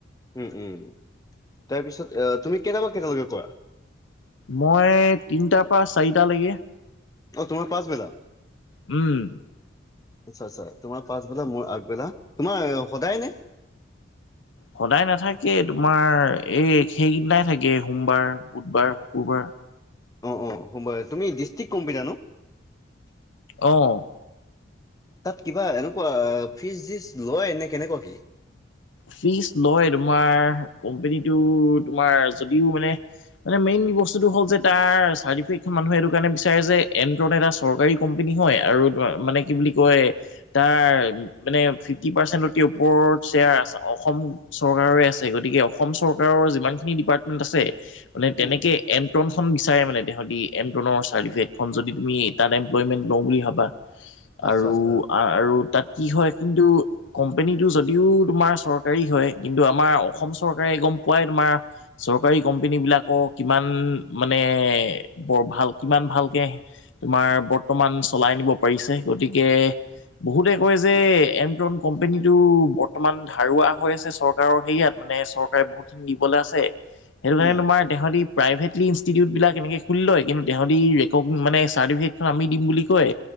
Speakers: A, on the left; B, on the left.
A: উ'ম, উ'ম তাৰ পিছত এ তুমি কেইটাৰ পৰা কেইটালৈকে কৰা?
B: মই তিনটাৰ পৰা চাৰিটালেকে।
A: অ', তোমাৰ পাঁচবেলা?
B: উ'ম।
A: আচ্ছা আচ্ছা তোমাৰ পাচবেলা, মোৰ আগবেলা তোমাৰ সদায় নে?
B: সদায় নাথাকে তোমাৰ এই সেইকেইদিনাই থাকে সোমবাৰ, বুধবাৰ, শুকুৰবাৰ।
A: অ' অ 'সোমবাৰে, তুমি ডিছটিক কম্পিউটাৰ ন?
B: অ'।
A: তাত কিবা এনেকুৱা ফিচ জিচ লয় নে কেনেকুৱা কি?
B: ফিজ লয়, তোমাৰ কোম্পেনীটো তোমাৰ যদিও মানে মানে মেইন বস্তুতো হ'ল যে তাৰ চাৰ্টিফিকেটখন মানুহে এইটো কাৰণে বিচাৰে যে এনট্ৰন এটা চৰকাৰী কোম্পানী হয় আৰু মানে কি বুলি কয় তাৰ মানে ফিফটি পাৰ্চেন্টত কে ওপৰত শ্বেয়াৰ আছে অসম চৰকাৰৰে আছে গতিকে অসম চৰকাৰৰ যিমান খিনি ডিপাৰ্টমেন্ট আছে মানে তেনেকে
A: উম
B: এমট্ৰনখন বিচাৰে মানে তহঁতি এমট্ৰনৰ চাৰ্টিফিকেটখন যদি তুমি তাত এমপ্লয়মেণ্ট লওঁ বুলি ভাবা।
A: <unintelligible>
B: আৰু
A: আচ্ছা
B: আৰু তাত কি হয় কিন্তু কোম্পনীটো যদিও তোমাৰ চৰকাৰী হয়, কিন্তু আমাৰ অসম চৰকাৰে গম পোৱাই তোমাৰ চৰকাৰী কোম্পানী বিলাকৰ কিমান মানে বৰ ভাল কিমান ভালকে তোমাৰ বৰ্তমান চলাই নিব পাৰিছে, গতিকে বহুতে কয় যে এণ্টন কোম্পেনীটো বৰ্তমান ধাৰুৱা হৈ আছে চৰকাৰৰ হেৰিয়াত মানে চৰকাৰে বহুত খিনি দিবলৈ আছে, সেইটো কাৰণে
A: উম
B: তোমাৰ তেহঁতি প্ৰাইভেটলি ইনষ্টিটিউটবিলাক এনেকৈ খুলি লয়, কিন্তু তেহঁতি ৰেকগ মানে চাৰ্টিফিকেটখন আমি দিম বুলি কয়